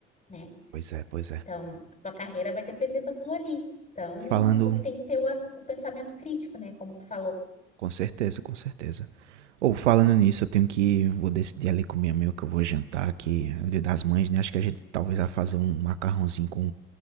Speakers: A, on the left (about 20°); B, on the right (about 85°).
A: né?
B: Pois é, pois é.
A: Então, tua carreira vai depender daquilo ali. Então,
B: Falando,
A: tu que tem que ter o, o pensamento crítico, né? Como tu falou,
B: com certeza, com certeza. Ou falando nisso, eu tenho que, vou decidir ali com minha amiga que eu vou jantar, que é o dia das mães, né? Acho que a gente talvez vai fazer um macarrãozinho com